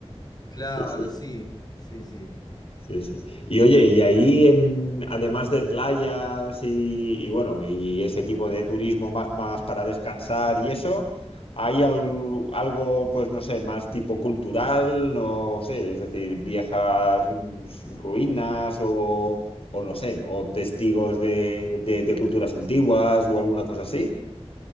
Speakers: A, on the left; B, on the left.
A: Claro,
B: Sí, sí.
A: sí, sí, sí.
B: Sí, sí. Y oye, y ahí en, además de playas y, y bueno, y ese tipo de turismo más, más para descansar y eso, ¿hay al- algo, pues no sé, más tipo cultural? No sé, es decir, viejas mm, ruinas o, o no sé, o testigos de, de- de culturas antiguas o alguna cosa así.